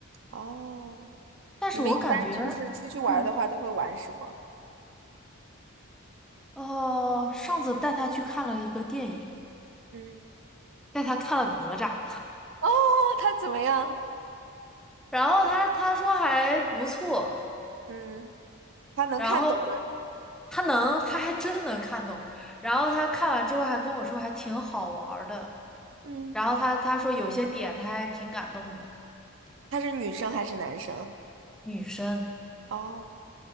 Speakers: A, on the right; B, in the centre.
A: 哦，
B: 但是我感觉，
A: 你们一般就是出去玩儿的话都会玩什么？
B: 嗯，哦，上次带他去看了一个电影，
A: 嗯，
B: 带他看了哪吒，
A: 哦，他怎么样？
B: 然后他他说还不错，
A: 嗯，他能看懂吗？
B: 然后他能，他还真能看懂，然后他看完之后还跟我说还挺好玩儿的，
A: 嗯，
B: 然后他他说有些点他还挺感动的，
A: 他是女生还是男生？
B: 女生。
A: 哦，